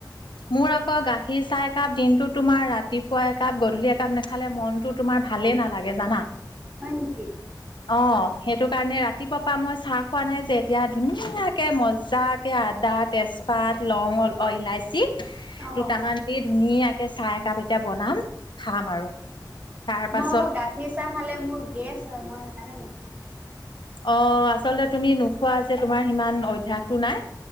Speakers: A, on the left (about 80°); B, on the right (about 20°).
A: মোৰ আকৌ গাখীৰ চাহ একাপ দিনতো তোমাৰ ৰাতিপুৱা একাপ, গধূলি একাপ নেখালে মন টো' তোমাৰ ভালে নালাগে জানা।
B: হয় নেকি?
A: অ' সেইটো কাৰণে ৰাতিপুৱা পৰা মই চাহ খোৱা নাই যে এতিয়া ধুনীয়াকে মজা কে আদা, তেজপাত, লং অ, অ ইলাচি
B: অ',
A: দুটামান দি ধুনীয়াকে চাহ একাপ এতিয়া বনাম। খাম
B: অ',
A: আৰু তাৰ পাছত
B: মই আকৌ গাখীৰ চাহ খালে মোৰ গেছ হয় মই সেইকাৰণে নেখাওঁ।
A: অ, আচলতে তুমি নোখোৱা যে তোমাৰ সিমান অভ্যাসটো নাই।